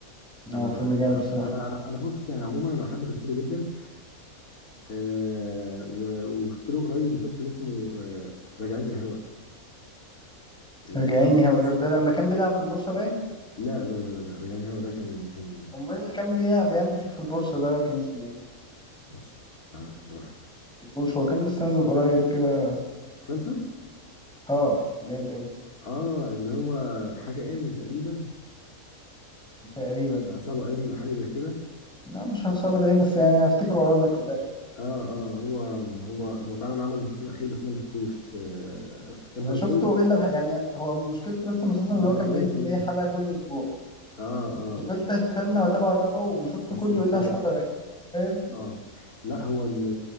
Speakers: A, on the left (about 80°); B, in the centre.
A: انا
B: هو فيلم جامد بصراحة
A: انا انا انا بص يعني عموما انا بحب تمثيله جدا آه و- وشفت له قريب مسلسل اسمه ر- راجعين يا هوا مش
B: رجعيني
A: عارف
B: هو ده, ده لما كان بيلعب في البورصة باين
A: لا لا لا لا راجعين يا هوا ده كان كان
B: امال اللي كان بيع- بيعمل فيه في البورصة ده كان اسمه ايه؟
A: مش مش عارف صراحة
B: مفتكروش هو كان لسه نازل قريب كده
A: مسلسل
B: اه جامد قوي
A: اه اللي هو حاجة ام تقريبا
B: تقريبا
A: عصابة ام حاجة زي كده
B: لا مش هصعب ده ايه بس يعني هفتكره واقول لك في الاخر
A: اه اه هو هو هو فعلا عمل مسلسل اخير بس انا ما شفتوش آه امبراطورية
B: انا شفته الا الح- يعني هو مشكلتي بس المسلسل
A: امبراطورية
B: ان هو كان بينزل
A: مين
B: اي حلقه كل اسبوع
A: اه اه
B: فضلت استنى واتابعه واتابعه وشفته
A: بس
B: كله
A: نسيت
B: الا الحلقه
A: بقى
B: الاخيره تخيل
A: اه لا هو ال